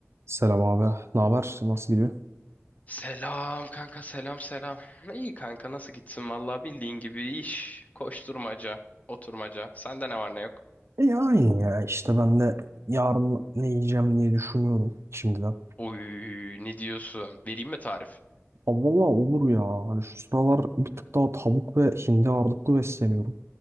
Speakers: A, on the right; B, on the left.
A: Selam abi. Ne haber? Nasıl gidiyor?
B: Selam kanka selam selam. İyi kanka nasıl gitsin vallahi bildiğin gibi iş, koşturmaca, oturmaca. Sende ne var ne yok?
A: İyi aynı ya işte ben de yarın ne yiyeceğim diye düşünüyorum şimdiden.
B: Oy ne diyorsun? Vereyim mi tarif?
A: Aa, valla olur ya. Hani şu sıralar bir tık daha tavuk ve hindi ağırlıklı besleniyorum.